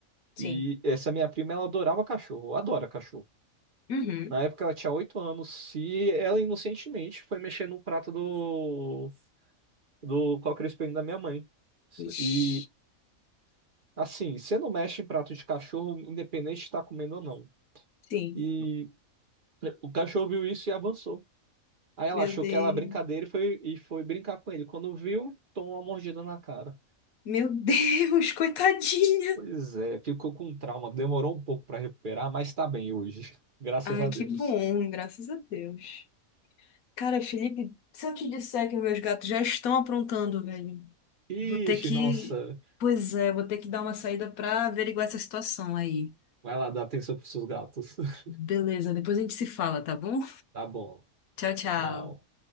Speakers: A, on the left (about 85°); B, on the right (about 45°).
A: Sim.
B: E essa minha prima, ela adorava cachorro, adora cachorro.
A: Uhum.
B: Na época ela tinha oito anos e ela inocentemente foi mexer no prato do, do cochrane da minha mãe.
A: Ixi.
B: E assim, você não mexe em prato de cachorro, independente de estar comendo ou não.
A: Sim.
B: E é, o cachorro viu isso e avançou. Aí ela
A: Meu
B: achou
A: Deus.
B: que era brincadeira e foi, e foi brincar com ele. Quando viu, tomou uma mordida na cara.
A: Meu <laughs> Deus, coitadinha.
B: Pois é, ficou com trauma, demorou um pouco para recuperar, mas tá bem hoje, <laughs> graças
A: Ai,
B: a Deus.
A: que bom, graças a Deus. Cara, Felipe, se eu te disser que meus gatos já estão aprontando, velho,
B: Ixi,
A: vou ter que.
B: nossa.
A: Pois é, vou ter que dar uma saída pra averiguar essa situação aí.
B: Vai lá, dar atenção pros seus gatos. <laughs>
A: Beleza, depois a gente se fala, tá bom?
B: Tá bom.
A: Tchau, tchau.
B: Tchau.